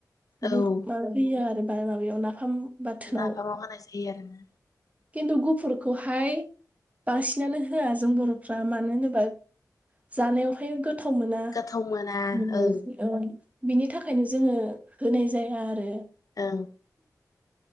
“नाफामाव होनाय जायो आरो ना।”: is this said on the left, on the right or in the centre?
Left